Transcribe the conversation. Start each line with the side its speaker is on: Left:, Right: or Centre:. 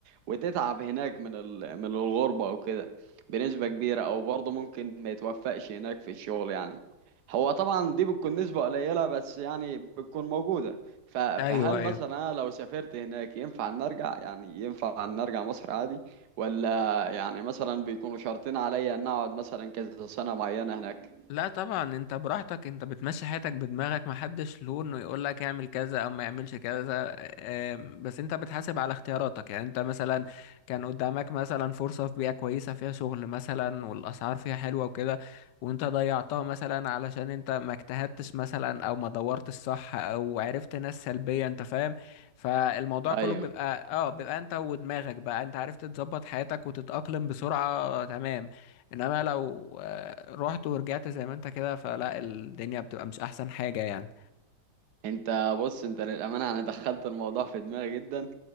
Right: وتتعب هناك من ال... من الغربة وكده بنسبة كبيرة او برضه ممكن ما يتوفقش هناك في الشغل يعني هو طبعا دي بتكون نسبة قليلة بس يعني بتكون موجودة ف... فهل
Left: ايوه ايوه
Right: مثلا انا لو سافرت هناك ينفع ان ارجع يعني ينفع ان ارجع مصر عادي ولا يعني مثلا بيكونوا شرطين عليا ان اقعد مثلا كذا سنة معينة هناك
Left: لا طبعا انت براحتك انت بتمشي حياتك بدماغك محدش له انه يقول لك اعمل كذا او ما يعملش كذا آم، بس انت بتحاسب على اختياراتك يعني انت مثلا كان قدامك مثلا فرصة في بيئة كويسة فيها شغل مثلا والاسعار فيها حلوة وكده وانت ضيعتها مثلا علشان انت ما اجتهدتش مثلا او ما دورتش صح او عرفت ناس سلبية انت فاهم فالموضوع كله
Right: ايوه
Left: بيبقى اه بيبقى انت ودماغك بقى انت عرفت تظبط حياتك وتتأقلم بسرعة تمام انما لو آه، رحت ورجعت زي ما انت كده فلا الدنيا بتبقى مش احسن حاجة يعني
Right: انت بص انت للامانه يعني دخلت الموضوع في دماغي جدا